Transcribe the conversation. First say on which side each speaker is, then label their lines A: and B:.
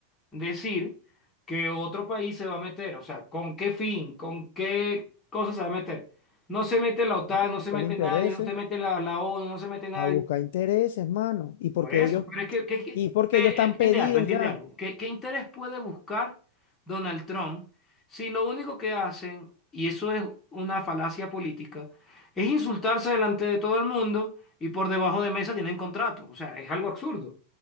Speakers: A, on the left (about 20°); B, on the left (about 55°).
A: decir que otro país se va a meter. O sea, ¿con qué fin? ¿Con qué cosa se va a meter? No se mete la OTAN,
B: a
A: no
B: buscar
A: se mete
B: intereses,
A: nadie, no se mete la, la ONU, no se mete nadie.
B: a buscar intereses, hermano. Y porque
A: Por eso,
B: ellos
A: pero es que, que- que-
B: Y es porque
A: eh,
B: ellos están
A: entiende
B: pedidos
A: algo, entiende
B: ya.
A: algo. ¿Qué, qué interés puede buscar Donald Trump si lo único que hacen, y eso es una falacia política, es insultarse delante de todo el mundo y por debajo de mesa tienen contrato? O sea, es algo absurdo.